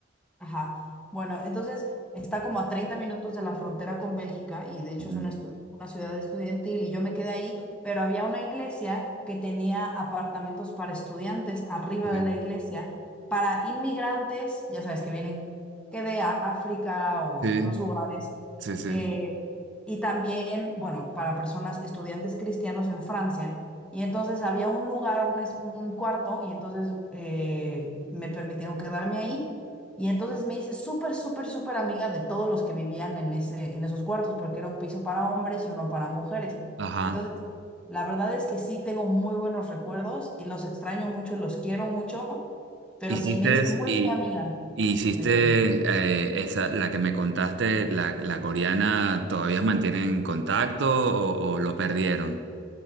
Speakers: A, in the centre; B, on the right.
A: Ajá. Bueno, entonces está como a 30 minutos de la frontera con Bélgica y de hecho
B: Ujú.
A: es una, estu- una ciudad estudiantil y yo me quedé ahí, pero había una iglesia que tenía apartamentos para estudiantes arriba
B: Sí,
A: de la iglesia, para inmigrantes, ya sabes, que vienen que de África o
B: sí,
A: de otros lugares,
B: sí, sí.
A: eh, y también, bueno, para personas, estudiantes cristianos en Francia. Y entonces había un lugar, un, es- un cuarto, y entonces eh, me permitieron quedarme ahí. Y entonces me hice súper, súper, súper amiga de todos los que vivían en ese, en esos cuartos, porque era un piso para hombres y uno para mujeres.
B: Ajá.
A: Entonces, la verdad es que sí tengo muy buenos recuerdos y los extraño mucho y los quiero mucho, pero
B: Hiciste,
A: sí, me hice muy,
B: y,
A: muy amiga
B: y hiciste
A: de ellos.
B: eh, esa, la que me contaste, la, la coreana, ¿todavía mantienen contacto o, o lo perdieron?